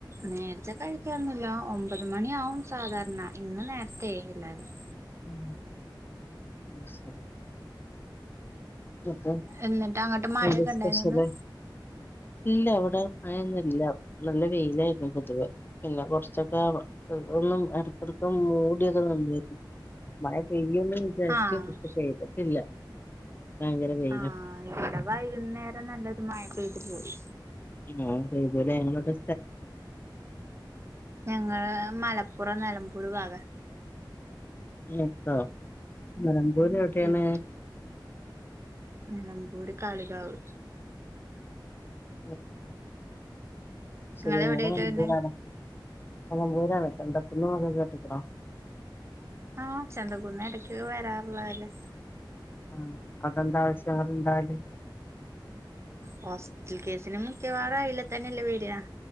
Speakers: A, on the right (about 35°); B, on the left (about 25°).
A: നേരത്തെ കഴിക്കാറുന്നില്ല ഒമ്പത് മണി ആവും സാധാരണ ഇന്ന് നേരത്തെ തേ എല്ലാരും
B: <unintelligible> നിക്ക്
A: എന്നിട്ട് അങ്ങോട്ട് മഴയൊക്കെ
B: ന്താ സ്പെഷ്യല്
A: ഉണ്ടായിനോ ഇന്ന്
B: ല്ല വിടെ മയന്നുല്ല നല്ല വെയിലായിപ്പം പൊതുവെ പിന്നെ കൊറച്ചൊക്കെ ഒന്നും എടക്എടക് മൂടിയൊക്കെ നിന്നി മഴ പെയ്യെന്ന് വിചാരിച്ചു
A: ആഹ്
B: പക്ഷ പെയ്തിട്ടില്ല ഭയങ്കര വെയിലാ
A: ആഹ് ഇവിടെ വൈകുന്നേരം നല്ലൊരു മഴപെയ്തുപോയി
B: ആ അതേപോലെ ഞങ്ങളിവിടെ
A: ഞങ്ങള് മല കുറ നിലമ്പൂര് ഭാഗ
B: ന്നിട്ടോ നിലമ്പൂര് എവിടെയാണ്
A: ഉം നിലമ്പൂര് കളികാവ്
B: <unintelligible> ശരിയാണ്
A: നിങ്ങള് എവിടെയായിട്ടാ
B: എന്തിനാണ്
A: വരുന്നെ
B: നിലമ്പൂരാണ് ചന്തക്കുന്ന് കേട്ടുക്കുണോ
A: ആഹ് ചന്തകുന്ന് എടക്ക് വരാറുള്ളല്ലേ
B: ആ അതെന്ത ആവശ്യങ്ങള് ണ്ടാവല്
A: ഹോസ്പിറ്റൽ കേസിനുംമിക്കവാറും അയിലെ തന്നെയല്ലേ വരാ